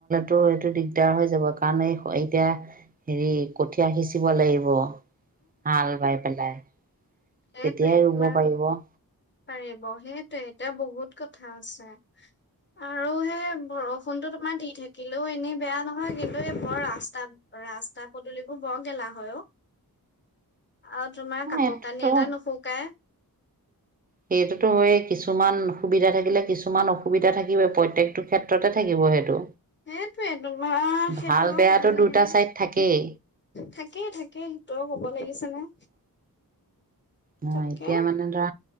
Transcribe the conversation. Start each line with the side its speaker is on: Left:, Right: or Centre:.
Right: টো এইটো দিগদাৰ হৈ যাব কাৰণ এই এতিয়া হেৰি কঠীয়া সিঁচিব লাগিব। হাল বাই পেলাই।
Left: সেটোৱে
Right: তেতিয়াই ৰুব
Left: তোমাৰ
Right: পাৰিব অঁ
Left: পাৰিব। সেইটোৱে, এতিয়া বহুত কথা আছে। আৰু সেই বৰষুণটো এমাহ দি থাকিলেও এনেই বেয়া নহয়, কিন্তু এই বৰ ৰাস্তা ৰাস্তা পদুলিবোৰ বৰ গেলা হয় অ। আৰু তোমাৰ কাপোৰ
Right: এইটোতো
Left: কানি এটা নুশুকাই।
Right: সেইটোতো হয়ে। কিছুমান সুবিধা থাকিলে কিছুমান অসুবিধা থাকিবয়ে। প্ৰত্যেকটো ক্ষেত্ৰতে থাকিব সেইটো।
Left: সেইটোৱে তোমাৰ সেইটোও
Right: ভাল বেয়াটো
Left: কব লাগে
Right: দুটা
Left: নাই।
Right: চাইড থাকেই
Left: থাকেই থাকেই সেইটো আৰু ক'ব লাগিছে নে।
Right: আহ,
Left: তাকে
Right: এতিয়া মানে ধৰা